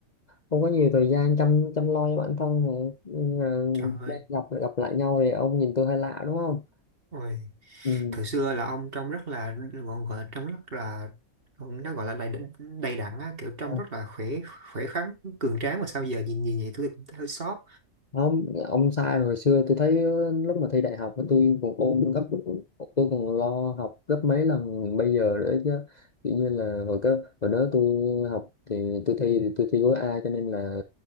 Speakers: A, on the left; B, on the right.
A: không có nhiều thời gian chăm chăm lo cho bản thân này nên là
B: trời ơi
A: đây gặp gặp lại nhau thì ông nhìn tôi hơi lạ đúng không
B: ôi
A: ừ.
B: thời xưa là ông trông rất là gọi, gọi là trông rất là nó gọi là đầy đặn- đầy đặn á kiểu trông
A: Ờ,
B: rất là khỏe khỏe khoắn cường tráng mà sao giờ nhìn nhìn vậy tôi cũng thấy hơi xót
A: không ông sai hồi xưa tôi thấy ờ, lúc mà thi đại học tôi còn ôn gấp tôi còn lo học gấp mấy lần bây giờ nữa chứ tự nhiên là hồi cơ hồi đó tôi học thì tôi thi thì tôi thi gói A cho nên là